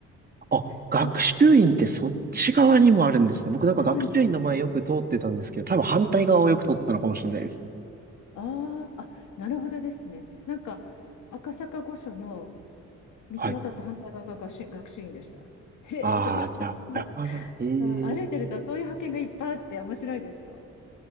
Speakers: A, on the right (about 30°); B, on the left (about 80°).
A: あ、あ、学習院ってそっち側にもあるんですね。
B: すごい、
A: 僕なんか学習院の前よく通ってたんですけど、
B: あ、なんです。
A: 多分反対側をよく通ってたのかもしれないです。
B: あーあ、なるほどですね。なんか、赤坂御所の道渡った反対側が学習、
A: はい。
B: 学習院でした。へえとか思って。
A: ああ、じゃあ、裏側なの。へえ。
B: うん歩いてるとそういう発見がいっぱいあって面白いですよ。